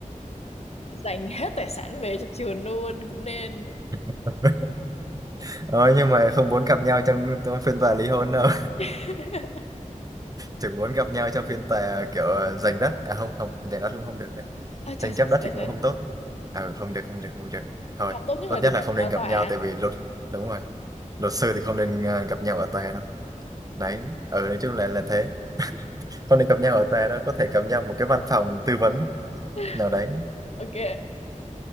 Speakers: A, on the left; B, on the right.
A: dành hết tài sản về cho trường luôn cũng nên
B: <laughs> ờ nhưng mà không muốn gặp nhau trong trong phiên tòa ly hôn đâu
A: <laughs>
B: chỉ muốn gặp nhau trong phiên tòa kiểu ờ, giành đất à không không giành đất cũng không được đấy
A: Ôi
B: tranh
A: trời trời
B: chấp đất
A: trời
B: thì cũng
A: trời
B: không tốt à không được không được không được thôi
A: không tốt nhất
B: tốt
A: là đừng
B: nhất
A: gặp
B: là không
A: ở
B: nên gặp
A: tòa
B: nhau
A: ạ.
B: tại vì luật đúng rồi luật sư thì không nên ờ, gặp nhau ở tòa đâu đấy ở nói chung là là thế không nên gặp nhau ở tòa đâu có thể gặp nhau một cái văn phòng tư vấn
A: <laughs>
B: nào đấy
A: ok